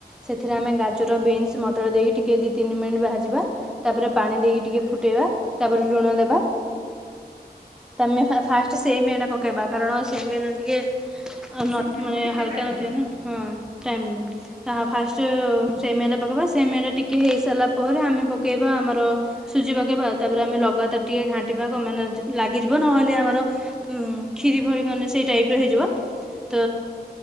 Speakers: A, in the centre; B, on the left.
A: ସେଥିରେ
B: ହୁଁ
A: ଆମେ ଗାଜର ବିନ୍ସ ମଟର ଦେଇକି ଟିକିଏ ଦୁଇ ତିନି ମିନିଟ୍ ଭାଯିବା। ତାପରେ ପାଣି ଦେଇକି ଟିକେ ଫୁଟାଇବା ତାପରେ ଲୁଣ ଦେବା। ତମେ ଫାଷ୍ଟ ସେମ ଏଟା ପକାଇବା କାରଣ ସେମିଆଟା ଟିକେ। ନ
B: ସିଝିବାକୁ
A: ମାନେ
B: ଟିକେ
A: ହାଲକା
B: ଟାଇମ
A: ନଥିବ
B: ନିଏ ଭାଇ
A: ନା ହଁ ଟାଇମ୍। ତାହା ଫାଷ୍ଟ ସେମେରେ ପକେଇବା ସେମେରେ ଟିକେ ହେଇସାରା ପରେ ଆମେ ପ ପକେଇବା ଆମର ସୁଜି ପକେଇବା। ତାପରେ ଆମେ ଲଗାତାର ଟିକେ ଘାଣ୍ଟିବା ମାନେ ଲାଗିଯିବ ନହେଲେ ଆମର। ଉ କ୍ଷିରି ଭଳି ମାନେ ସେଇ ଟାଇପ୍ର ହେଇଯିବ ତ